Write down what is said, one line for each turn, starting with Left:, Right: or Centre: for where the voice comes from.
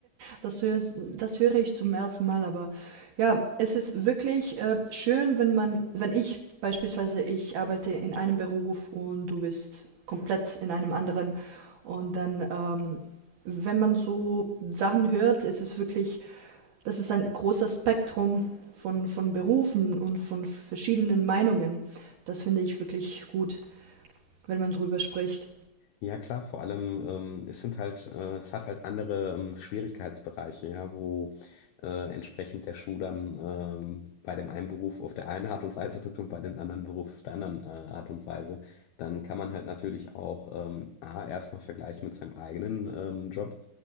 Right: Das höre, das höre ich zum ersten Mal, aber ja, es ist wirklich äh, schön, wenn man, wenn ich beispielsweise, ich arbeite in einem Beruf und du bist komplett in einem anderen. Und dann, ähm, wenn man so Sachen hört, ist es wirklich das ist ein großes Spektrum von, von Berufen und von verschiedenen Meinungen. Das finde ich wirklich gut, wenn man drüber spricht.
Left: Ja, klar, vor allem, ähm, es sind halt, äh, es hat halt andere ähm, Schwierigkeitsbereiche, ja, wo äh, entsprechend der Schuh dann ähm, bei dem einen Beruf auf der einen Art und Weise drückt und bei dem anderen Beruf auf der anderen äh, Art und Weise. Dann kann man halt natürlich auch ähm, A, erstmal vergleichen mit seinem eigenen ähm, Job,